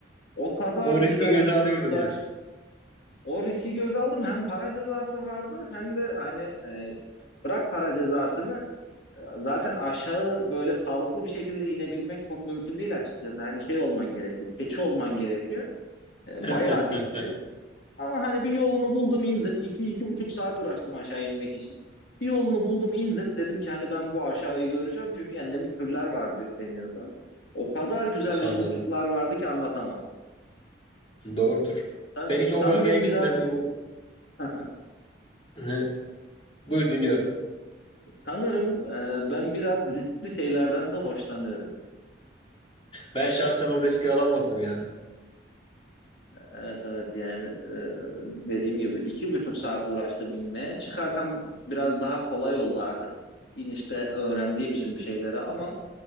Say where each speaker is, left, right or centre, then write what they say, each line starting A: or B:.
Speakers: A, on the left (about 65°); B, on the left (about 30°).
A: O kadar
B: O
A: güzel
B: riski göze
A: Yusufçuklar.
B: alıyordun yani.
A: O riski göze aldım. Hem para cezası vardı hem de hani e, Bırak para cezasını e, zaten aşağı böyle sağlıklı bir şekilde inebilmek çok mümkün değil açıkçası. Hani şey olman gerekiyor, keçi olman gerekiyor. E,
B: <laughs>
A: bayağı dikti. Ama hani bir yolunu buldum indim. İki, iki buçuk saat uğraştım aşağı inmek için. Bir yolunu buldum indim. Dedim ki hani ben bu aşağıyı göreceğim çünkü endemik türler vardı deniyordu. O kadar güzel yusufçuklar
B: Anladım.
A: vardı ki anlatamam.
B: Doğrudur.
A: Ben
B: Ben hiç
A: sanırım
B: o bölgeye gitmedim.
A: biraz <laughs>
B: <laughs> Buyur dinliyorum.
A: sanırım e, ben biraz riskli şeylerden de hoşlanıyorum.
B: Ben şahsen o riski alamazdım ya.
A: Evet evet yani e, dediğim gibi iki buçuk saat uğraştım inmeye. Çıkarken biraz daha kolay oldu artık inişte öğrendiğim için bir şeyleri ama